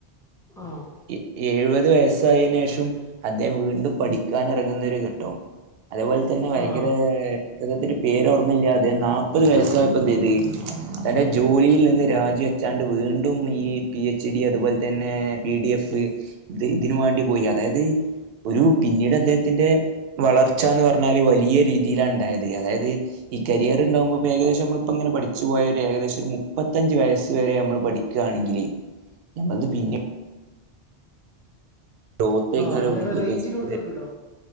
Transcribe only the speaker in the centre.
ആഹ്
ആ
ആഹ് റെ
റ റെയ്ഞ്ചില്ലോട്ത്ത് നിക്ക്ട്ടോ